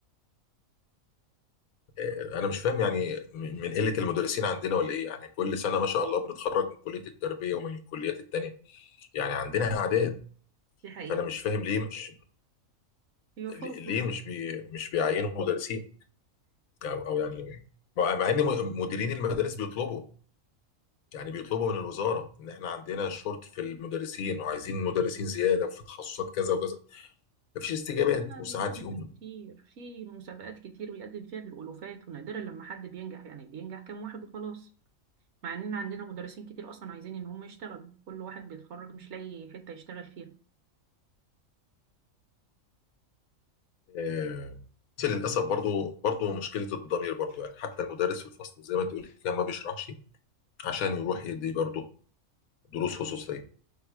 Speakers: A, on the left; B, on the right.
A: آه، انا مش فاهم يعني م- من قله المدرسين عندنا ولا ايه يعني كل سنه ما شاء الله بنتخرج من كليه التربيه ومن الكليات التانيه يعني عندنا اعداد
B: دي حقيقة
A: فانا مش فاهم ليه مش
B: بيوفروا
A: ليه
B: فلوس
A: مش بي مش بيعينوا مدرسين او او يعني مع مع ان م- مديرين المدارس بيطلبوا يعني بيطلبوا من الوزاره ان احنا عندنا شورت في المدرسين وعايزين مدرسين زياده وفي تخصصات كذا وكذا مفيش استجابات
B: كل سنة
A: وساعات
B: بيكون
A: يقوم
B: في كتير في مسابقات كتير بيقدم فيها بالألوفات ونادرا لما حد بينجح يعني بينجح كام واحد وخلاص مع إن عندنا مدرسين كتير أصلا عايزين إن هم يشتغلوا كل واحد بيتخرج مش لاقي حتة يشتغل فيها
A: آه، بس للاسف برضو برضو مشكله الضمير برضو يعني حتى المدرس في الفصل زي ما تقول كده ما بيشرحش عشان يروح يدي برضو دروس خصوصيه